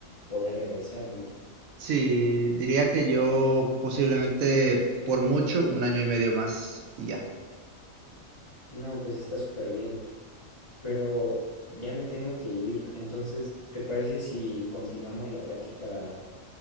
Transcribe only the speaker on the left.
poder regresar, ¿no?
No, pues está súper bien. pero ya me tengo que ir. Entonces, ¿te parece si continuamos la plática,